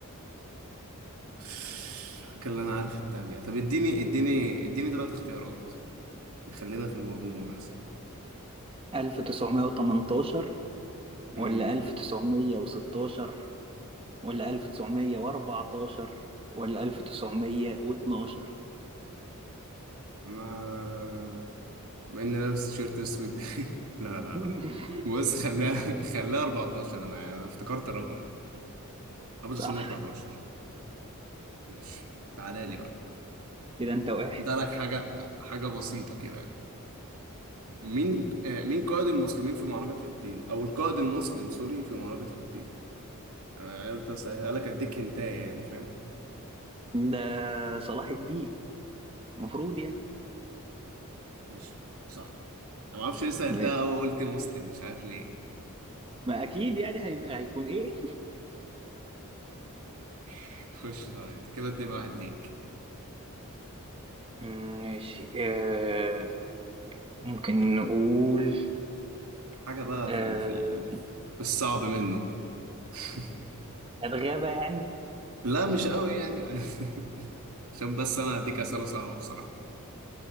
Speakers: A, on the right; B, on the right.
A: <sighs> فاكر اللي انا عارف التانية طب اديني اديني اديني ثلاث اختيارات خلينا في المضمون احسن
B: 1918
A: امم
B: ولا 1916 ولا 1914 ولا 1912
A: انا مع اني لابس تيشيرت اسود <laughs> لا لا
B: <laughs>
A: لا بص خلاها خلاها 14 انا أنا افتكرت الرقم ابو تصميم
B: صح
A: 14 ماشي تعالى لي بقى
B: كده أنت واحد
A: ده لك حاجه حاجه بسيطه كده مين آه، مين قائد المسلمين في معركه حطين او القائد المسلم سوري في معركه حطين انا قلت اسهلها لك اديك هنتايه يعني فاهم
B: ده صلاح الدين المفروض
A: ماشي صح انا ما اعرفش ليه سهلتها
B: يعني
A: او قلت مسلم مش عارف ليه
B: ما اكيد يعني هيبقى هيكون ايه
A: <laughs> خش طبعا انت كده اتنين واحد ليك
B: مم، ماشي آه ممكن نقول
A: حاجة بقى
B: آه
A: في ال... في ال... في الصعب منه <laughs>
B: الغابة يعني
A: لا مش قوي يعني <laughs> عشان بس انا هديك اسئله صعبه بصراحه